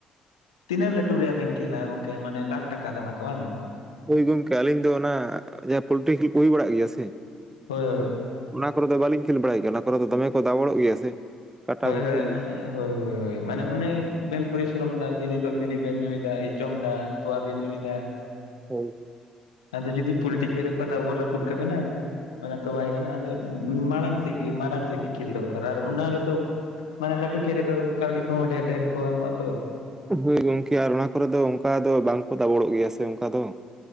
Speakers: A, on the left (about 85°); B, on the right (about 15°).
A: ᱛᱤᱱᱟᱹᱜ ᱞᱟᱹᱴᱩ ᱨᱮᱭᱟᱜ ᱵᱮᱱ ᱠᱷᱮᱞ ᱟ ᱜᱚᱝᱠᱮ ᱢᱟᱱᱮ ᱞᱟᱠᱷ ᱴᱟᱠᱟ ᱫᱷᱟᱢᱟᱠᱟ ᱵᱟᱝ
B: ᱦᱳᱭ ᱜᱚᱝᱠᱮ ᱟᱹᱞᱤᱧ ᱫᱚ ᱚᱱᱟ ᱡᱟᱦᱟᱸ ᱯᱳᱞᱴᱤ ᱠᱷᱮᱞ ᱠᱚ ᱦᱩᱭ ᱵᱟᱲᱟᱜ ᱜᱮᱭᱟ ᱥᱮ
A: ᱦᱳᱭ ᱦᱳᱭ
B: ᱚᱱᱟ ᱠᱚᱨᱮ ᱫᱚ ᱵᱟᱹᱞᱤᱝ ᱠᱷᱮᱞ ᱵᱟᱲᱟᱭ ᱜᱮᱭᱟ ᱚᱱᱟ ᱠᱚᱨᱮ ᱫᱚ ᱫᱚᱢᱮ ᱠᱚ ᱫᱟᱵᱲᱚᱜ ᱜᱮᱭᱟ ᱥᱮ ᱠᱟᱴᱟ
A: ᱦᱳᱭ
B: ᱠᱚᱠᱚ
A: ᱦᱳᱭ ᱢᱟᱱᱮ ᱦᱳᱭ ᱦᱳᱭ ᱢᱟᱱᱮ ᱚᱱᱮ ᱵᱮᱱ ᱯᱚᱨᱤᱥᱨᱚᱢ ᱫᱟ ᱫᱤᱱ ᱦᱤᱞᱳᱜ ᱵᱤᱲᱤ ᱵᱮᱱ ᱧᱩᱭᱮᱫᱟ ᱡᱚᱢ ᱮᱫᱟ ᱛᱚᱣᱟ ᱵᱮᱱ ᱧᱩᱭᱮᱫᱟ
B: ᱦᱳᱭ ᱦᱳᱭ
A: ᱟᱫᱚ ᱡᱩᱫᱤ ᱯᱚᱞᱴᱤ ᱠᱷᱮᱞ ᱨᱮᱠᱚ ᱫᱟᱵᱚᱲ ᱨᱟᱹᱯᱩᱫ ᱠᱟ. ᱵᱤᱱᱟ ᱚᱱᱟ ᱛᱚ ᱵᱟᱭ ᱜᱟᱱᱚᱜ-ᱟ ᱟᱫᱚ ᱢᱟᱲᱟᱝ ᱥᱮᱫ ᱜᱮ ᱢᱟᱲᱟᱝ ᱥᱮᱫ ᱜᱮ ᱠᱷᱮᱞ ᱫᱚᱨᱠᱟᱨ ᱟᱨ ᱚᱱᱟ ᱨᱮ ᱫᱚ ᱢᱟᱱᱮ ᱞᱟᱹᱴᱩ ᱠᱷᱮᱞ ᱨᱮᱫᱚ ᱠᱟᱹᱣᱰᱤ ᱠᱚᱦᱚᱸ ᱰᱷᱮᱨ ᱰᱷᱮᱨ ᱠᱚ ᱮᱢᱚᱜ-ᱟᱛᱚ
B: ᱦᱳᱭ ᱜᱚᱝᱠᱮ ᱟᱨ ᱚᱱᱟ ᱠᱚᱨᱮ ᱫᱚ ᱚᱱᱠᱟ ᱫᱚ ᱵᱟᱝᱠᱚ ᱫᱟᱵᱚᱲᱚᱜ ᱜᱮᱭᱟ ᱥᱮ ᱚᱱᱠᱟ ᱫᱚ